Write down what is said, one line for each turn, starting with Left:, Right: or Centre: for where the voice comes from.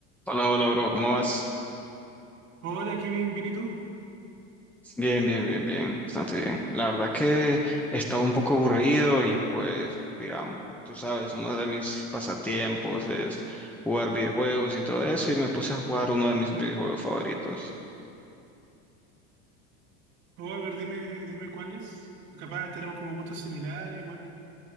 Centre: Hola, hola, bro, ¿cómo vas?
Right: Hola Kevin, ¿bien y tú?
Centre: Bien, bien, bien, bien, bastante bien. La verdad que estaba un poco aburrido y pues, digamos, tú sabes, uno de mis pasatiempos es jugar videojuegos y todo eso y me puse a jugar uno de mis videojuegos favoritos.
Right: Oh, a ver, dime, dime cuáles. Capaz tenemos como gustos similares, igual.